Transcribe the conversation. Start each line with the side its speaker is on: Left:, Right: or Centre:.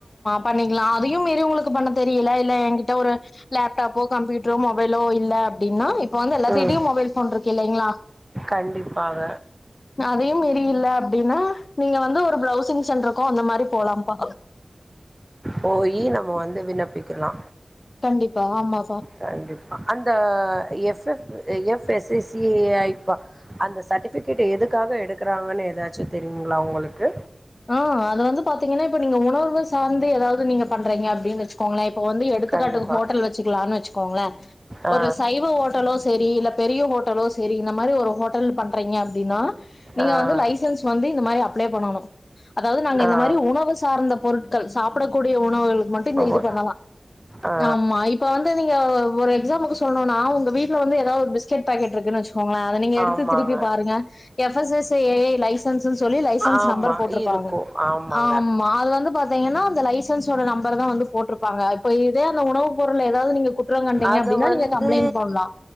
Left: பண்ணிக்கிலா அதையு மீறி உங்களுக்கு பண்ண தெரியல இல்ல எங்கிட்ட ஒரு லேப்டாப்போ கம்ப்யூட்ரோ மொபைலோ இல்ல அப்டின்னா இப்ப வந்து எல்லாத்துகிட்யு
Right: ம்
Left: மொபைல் ஃபோன் இருக்கு இல்லைங்ளா
Right: கண்டிப்பாக
Left: அதையு மீறி இல்ல அப்டின்னா இப்ப வந்து ஒரு ப்ரௌசிங் சென்ட்ருக்கோ அந்த மாரி போலாம்ப்பா
Right: போயி நம்ம வந்து விண்ணப்பிக்கலா
Left: கண்டிப்பா ஆமாப்பா
Right: கண்டிப்பா அந்த F F S S C I ப்ப அந்த சர்ட்டிஃபிகேட் எதுக்காக எடுக்குறாங்கனு ஏதாச்சு தெரியுங்ளா உங்களுக்கு
Left: ஆ அது வந்து பாத்தீங்கன்னா, இப்ப நீங்க உணவு சார்ந்து எதாவுது நீங்க பண்றீங்க அப்டின் வெச்சுக்கோங்கெள இப்போ வந்து எடுத்துக்காட்டுக்கு
Right: கண்டிப்பா
Left: ஹோட்டல் வெச்சுக்கலான்னு வெச்சுக்கோங்கெள
Right: ஆ
Left: ஒரு சைவ ஹோட்டலோ சேரி இல்ல பெரிய ஹோட் டலோ செரி இந்த மாரி ஒரு ஹோட்டல் பண்றிங்க அப்டினா நீங்க
Right: ஆ
Left: வந்து லைசன்ஸ் வந்து இந்த மாரி அப்ளே பண்ணணு அதாவது நாங்க
Right: ஆ
Left: இந்த மாரி உணவு சார்ந்த பொருட் கள் சாப்படக்கூடிய உணவுகள் மட் டு இந்த
Right: ஆமா
Left: இது பண்ணலா
Right: ஆ
Left: ஆமா இப்ப து நீங்க ஒரு எக்ஸாமுக்கு சொல்னுனா உங்க வீட்ல வந்து ஏதாவது பிஸ்கட் பேக்கெட் இருக்குன்னு வெச் சுக்கோங்ளே அத நீங்க எடுத்து
Right: ஆமாங்க
Left: திருப்பி பாருங்க F S S A I licence து சொல்லி லைசன்ஸ்
Right: ஆமா
Left: நெம்பர் போட்ருக்
Right: இருக்கு ஆமாங்க
Left: ஆமா அது வந்து பாத்திங்கன் னா அந்த லைசன்ஸ் சோட நெம்பரதா வந்து போட்ருப்பாங்க இப்ப இதே அந்த உணவு பொருள்ல ஏதாவது நீங்க குற்றம் கண்டீங்க
Right: அது
Left: அப்டின்னா
Right: வந்து
Left: நீங்க கம்ப்ளைண்ட் பண்லாம்.